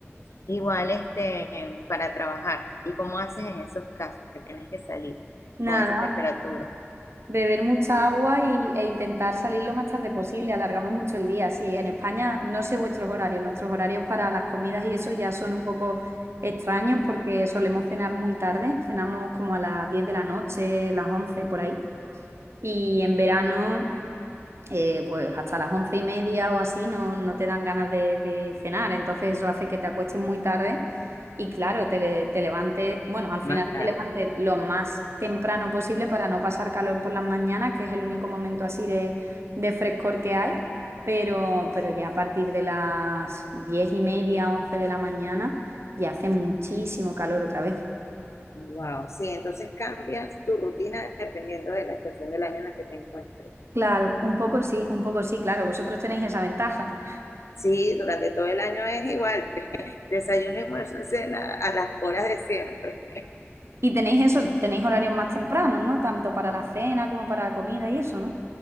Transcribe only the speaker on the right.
Nada,
beber mucha agua y, e intentar salir lo más tarde posible, alargamos mucho el día, sí, en España no sé vuestros horarios, nuestros horarios para las comidas y eso ya son un poco extraños porque solemos cenar muy tarde, cenamos como a las 10 de la noche, las 11 por ahí, y en verano... eh, pues hasta las once y media o así no, no te dan ganas de, de cenar. Entonces eso hace que te acuestes muy tarde y claro, te, le- te levantes, bueno, al final
te levantes lo más temprano posible para no pasar calor por las mañanas, que es el único momento así de, de frescor que hay. Pero, pero ya a partir de las diez y media, once de la mañana, ya hace muchísimo calor otra vez.
Claro, un poco sí, un poco sí, claro, vosotros tenéis esa ventaja.
Y tenéis eso, tenéis horarios más tempranos, ¿no? Tanto para la cena como para la comida y eso, ¿no?